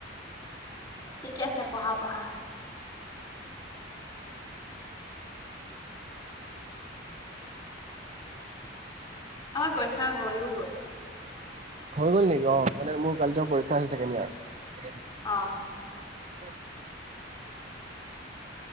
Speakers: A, on the left; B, on the right.
A: ঠিকে আছে, পঢ়া পঢ়া। আমাৰ পৰীক্ষা হৈয়ও গ'ল,।
B: হৈ গ'ল নেকি? অ! মানে মোৰ কালি পৰীক্ষা আছে ছেকেণ্ড এয়ৰৰ। স
A: অ'
B: <inaudible>